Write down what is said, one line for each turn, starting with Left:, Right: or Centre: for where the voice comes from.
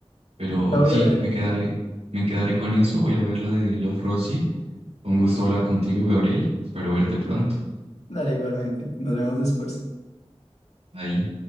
Right: Pero
Left: La voy
Right: sí,
Left: a ver,
Right: me quedaré, me quedaré con eso. Voy a ver la de Love Rosie. Con gusto hablar contigo, Gabriel. Espero verte pronto.
Left: dale igualmente. Nos vemos después.
Right: Ahí.